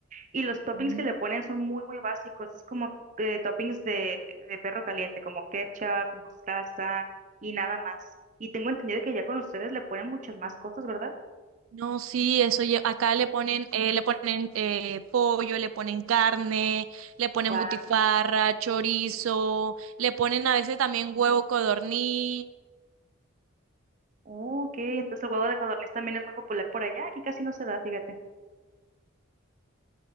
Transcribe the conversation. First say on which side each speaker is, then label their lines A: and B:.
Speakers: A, on the right; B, on the right.
A: Y los toppings
B: Mm.
A: que le ponen son muy, muy básicos. Es como eh, toppings de, de perro caliente, como ketchup, mostaza y nada más. Y tengo entendido que ya con ustedes le ponen muchas más cosas, ¿verdad?
B: No, sí, eso lle- acá le ponen, eh, le ponen eh, pollo, le ponen carne, le ponen
A: Guau.
B: butifarra, chorizo, le ponen a veces también huevo codorniz,
A: Oh, ok, entonces el huevo de codorniz también es muy popular por allá. Aquí casi no se da, fíjate.